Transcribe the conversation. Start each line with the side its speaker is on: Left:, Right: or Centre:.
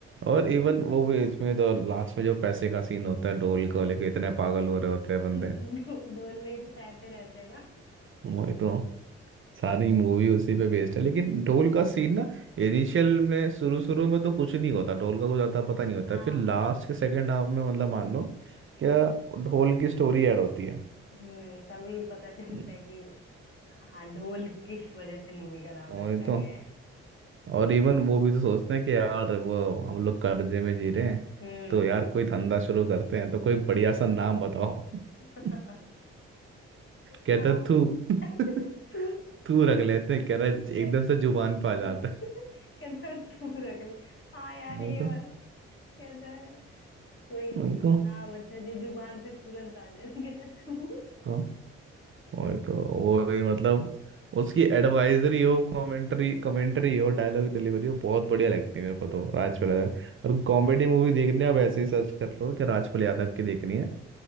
Right: और इवन वो भी इसमें जो लास्ट में जो पैसे का सीन होता है ढोल
Left: अरे
Right: को लेके इतने
Left: और
Right: पागल हो रहे होते हैं बंदे
Left: ढो- ढोल में ही तो पैसे रहते हैं ना
Right: वही तो सारी मूवी उसी पे बेस्ड है लेकिन ढोल का सीन ना इनिशियल में शुरू शुरू में तो कुछ नहीं होता ढोल का कुछ आता पता नहीं होता
Left: हाँ
Right: फिर लास्ट के सेकंड हाफ में मतलब मान लो क्या ढोल की स्टोरी ऐड होती है
Left: हम्म तभी पता चलता
Right: हम्म,
Left: है कि हाँ ढोल किस वजह से मूवी का नाम
Right: और
Left: रखा
Right: ये तो
Left: गया है
Right: और इवन वो भी तो सोचते हैं कि यार वो हम लोग कर्जे में जी रहे हैं
Left: हम्म
Right: तो यार कोई धंधा शुरू करते हैं तो कोई बढ़िया सा नाम बताओ <laughs>
Left: <laughs>
Right: कहता
Left: हाँ,
Right: तू <laughs>
Left: <laughs> तू
Right: तू रख लेते हैं कह रहा
Left: इसके
Right: एकदम से जुबान पे आ जाता
Left: कहता
Right: है
Left: है, तू रख ले हाँ यार
Right: नहीं
Left: ये
Right: तो
Left: वाला कहता है कोई
Right: नहीं तो
Left: नाम अच्छा जो जुबान पे तुरंत आ जाए तो कहता है, तू
Right: तो वही तो वो ही मतलब उसकी एडवाइजरी हो कमेंट्री कमेंट्री हो डायलॉग डिलीवरी हो बहुत बढ़िया लगती है मेरे को
Left: हाँ
Right: तो राजपाल यादव और कॉमेडी मूवी देखने आप ऐसे ही सर्च कर लो कि राजपाल यादव की देखनी है